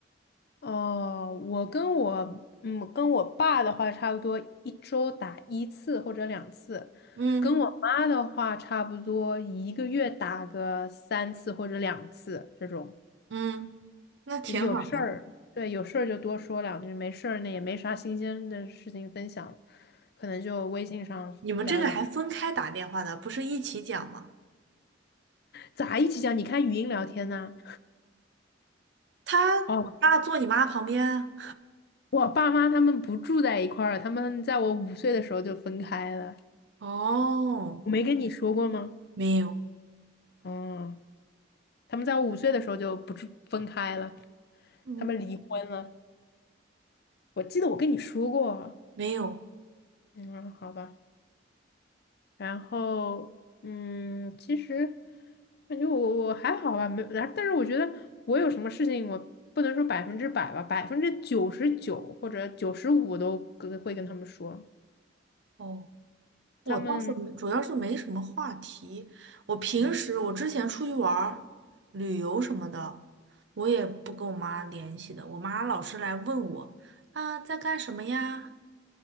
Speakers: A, on the left; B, on the right.
A: 哦，我跟我嗯跟我爸的话，差不多一周打一次或者两次，
B: 嗯。
A: 跟我妈的话，差不多一个月打个三次或者两次这种。
B: 嗯，那挺好的。
A: 有事儿，对，有事儿就多说两句，没事儿那也没啥新鲜的事情分享，可能就微信上聊两句，
B: 你们这个还分开打电话的，不是一起讲吗？
A: 咋一起讲？你看语音聊天呢、
B: 他你爸坐你妈旁边啊
A: 哦，我爸妈他们不住在一块儿了他们在我五岁的时候就分开了。
B: 哦，
A: 我没跟你说过吗？
B: 没有，
A: 嗯，他们在我五岁的时候就不住分开了，
B: 嗯，
A: 他们离婚了。我记得我跟你说过。
B: 没有。
A: 嗯，好吧。然后，嗯，其实感觉我我还好吧，没，然后但是我觉得我有什么事情，我不能说百分之百吧，百分之九十九或者九十五都跟会跟他们说，
B: 哦，我倒是没，
A: 他们，
B: 主要是没什么话题。我平时我之前出去玩儿旅游什么的，
A: 嗯，
B: 我也不跟我妈联系的。我妈老是来问我啊，在干什么呀？